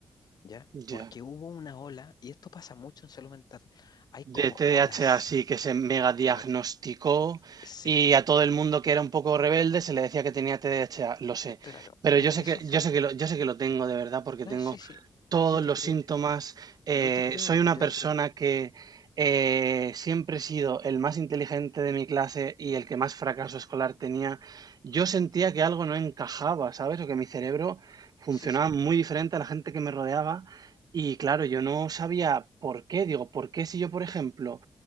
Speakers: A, on the left; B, on the right.
A: ¿ya?
B: Ya.
A: Porque hubo una ola, y esto pasa mucho en salud mental, hay
B: de
A: como
B: T D
A: olas,
B: A H así que se mega diagnosticó
A: claro, sí,
B: y a todo el mundo que era un poco rebelde se le decía que tenía T D A H lo sé.
A: claro.
B: Pero
A: eh,
B: yo sé
A: eso
B: que,
A: fue,
B: yo sé que lo, yo sé que lo tengo de verdad porque
A: no,
B: tengo
A: sí, sí,
B: todos
A: yo te
B: los
A: creo,
B: síntomas. eh,
A: yo te creo,
B: soy una
A: yo
B: persona
A: te creo,
B: que eh, siempre he sido el más inteligente de mi clase y el que más fracaso escolar tenía. Yo sentía que algo no encajaba, ¿sabes? O que mi cerebro funcionaba
A: sí, sí,
B: muy diferente a la gente que me rodeaba. Y claro, yo no sabía por qué. Digo, ¿por qué si yo, por ejemplo,